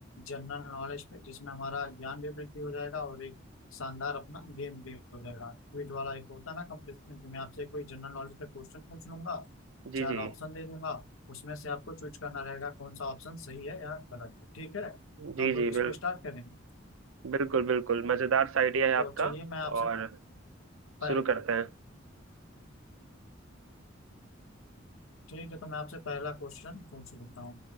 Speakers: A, on the left; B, on the right.
A: जनरल नॉलेज पे जिसमें हमारा ज्ञान भी वृद्धि हो जाएगा और एक शानदार अपना गेम भी हो जाएगा क्विज वाला एक होता है ना कंपटीशन कि मैं आपसे कोई जनरल नॉलेज पे क्वेश्चन पूछ लूंगा
B: जी
A: चार
B: जी
A: ऑप्शन दे दूंगा उसमें से आपको चूज करना रहेगा कौन सा ऑप्शन सही है या गलत है ठीक है तो
B: जी
A: हम लोग
B: जी
A: इसको
B: बिल
A: स्टार्ट करेंगे
B: बिल्कुल बिल्कुल मज़ेदार सा आइडिया है
A: तो
B: आपका
A: चलिए मैं आपसे
B: और
A: पर
B: शुरू करते हैं
A: ठीक है तो मैं आपसे पहला क्वेश्चन पूछ लेता हूँ